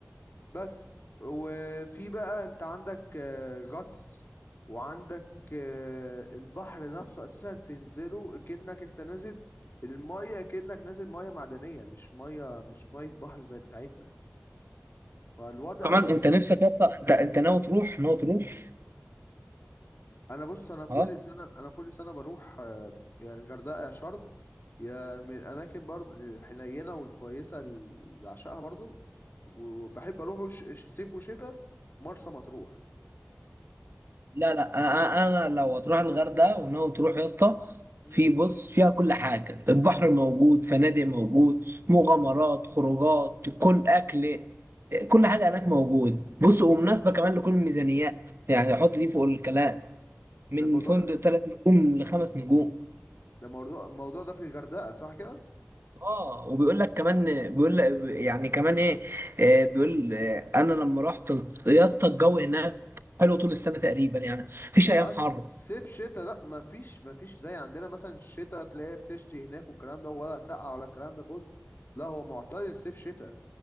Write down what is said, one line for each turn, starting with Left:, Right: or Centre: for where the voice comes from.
Left: بس وفي بقى انت عندك آه، غطس وعندك آه، البحر نفسه اساسا تنزله كأنك انت نازل المية كأنك نازل مية معدنية مش مية مش مية بحر زي بتاعتنا فالوضع
Right: كمان
Left: مخ...
Right: انت نفسك يا اسطى انت انت ناوي تروح ناوي تروح
Left: انا بص انا كل
Right: اه
Left: سنة انا كل سنة بروح آه، يا الغردقة يا شرم يا من الاماكن برضه الحنينة والكويسة اللي بعشقها برضه وبحب اروح ش... ش- صيف وشتاء مرسى مطروح
Right: لا لا انا أنا لو هتروح الغردقه وناوي تروح يا اسطى
Left: مم.
Right: في بص فيها كل حاجه البحر موجود فنادق موجود مغامرات خروجات كل اكل كل حاجه هناك موجود بص ومناسبه كمان لكل الميزانيات يعني حط دي فوق الكلام من
Left: ده الموضوع
Right: فندق
Left: ده
Right: ثلاث نجوم لخمس نجوم
Left: ده موضوع الموضوع ده في الغردقة صح كده؟
Right: اه وبيقول لك كمان بيقول لك يعني كمان ايه آه، بيقول آه، انا لما رحت يا اسطى الجو هناك حلو طول السنه تقريبا يعني مفيش ايام
Left: اه
Right: حر
Left: س- صيف شتاء لا مفيش مفيش زي عندنا مثلا الشتاء تلاقي بتشتي هناك والكلام ده ولا سقعة ولا الكلام ده كله لا هو معتدل صيف شتاء